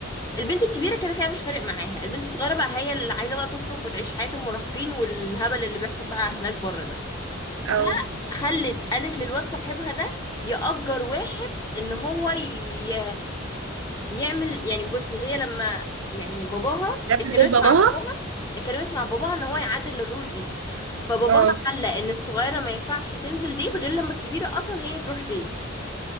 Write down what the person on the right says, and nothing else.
او
بتعمل
دور باباها
اه